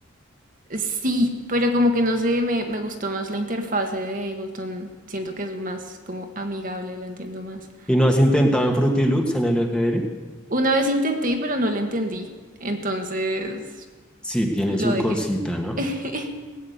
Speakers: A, on the right (about 40°); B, in the centre.
A: Sí, pero como que no sé, me, me gustó más la interfase de Ableton. Siento que es más como amigable, la entiendo más.
B: ¿Y no has intentado en Fruity Loops en el FL?
A: Una vez intenté, pero no la entendí. Entonces
B: Sí, tiene
A: lo
B: su
A: dejé.
B: cosita, ¿no?
A: <laughs>